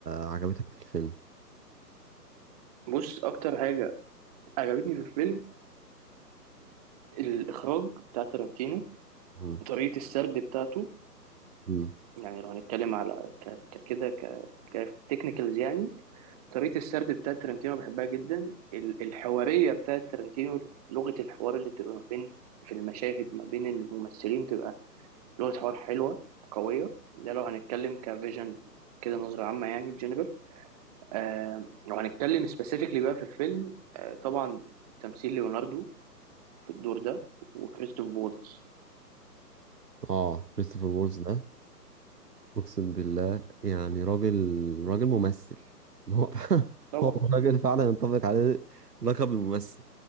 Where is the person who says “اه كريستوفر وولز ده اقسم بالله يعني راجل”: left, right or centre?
Right